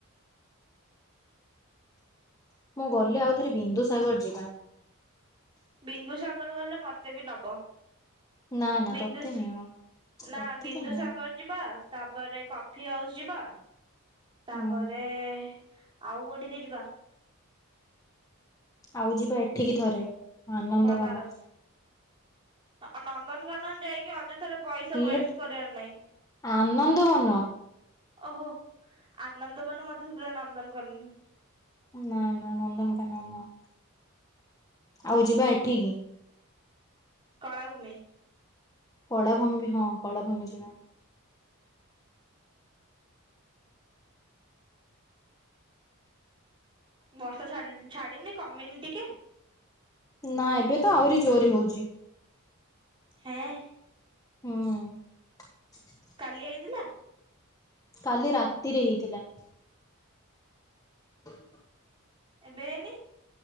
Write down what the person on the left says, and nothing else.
ମୁଁ ଗଲେ ଆଉ ଥରେ ବିନ୍ଦୁସାଗର ଯିବା।
ନା ନା
ତତେ ନିଅ ତତେ
ତ ନିଅ
ହୁଁ
ଆଉ ଯିବା ଏଠିକି ଥରେ ଆନନ୍ଦବନ
ଲୋ
ଆନନ୍ଦବନ
ନା ନା ନନ୍ଦନକନନ ନୁହଁ ଆଉ ଯିବା ଏଠିକି?
କଳାଭୂମି ବି ହଁ କଳାଭୂମି ଯିବା।
ନା ଏବେ ତ ଆହୁରି ଜୋରରେ ହଉଛି।
ହୁଁ।
କାଲି ରାତିରେ ହେଇଥିଲା <inaudible>